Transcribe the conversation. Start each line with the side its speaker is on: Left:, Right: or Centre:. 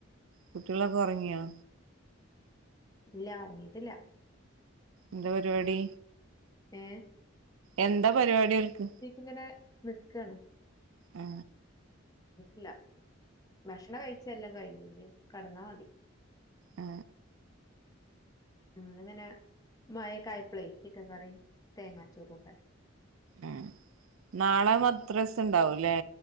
Right: കുട്ട്യാളൊക്കെ ഓർങ്ങ്യോ
Left: ഇല്ല ഒർങ്ങീട്ടില്ല
Right: ന്തപരിവാടി
Left: ഏ
Right: എന്താ പരിവാട്യോൽക്ക്
Left: ഇങ്ങനെ നിക്കാണ്
Right: ആ
Left: ഇല്ല ഭക്ഷണ കഴിച്ചെല്ലാം കഴിഞ്ഞ് ഞ്ഞ് കടന്നാമതി
Right: ആ
Left: ഇന്ന്ങ്ങനെ മയേക്കായപളെ ചിക്കൻ കറിം തേങ്ങാച്ചോറുണ്ടാക്കി
Right: ഉം നാളെ മദ്രസ്സുണ്ടാവൂലേ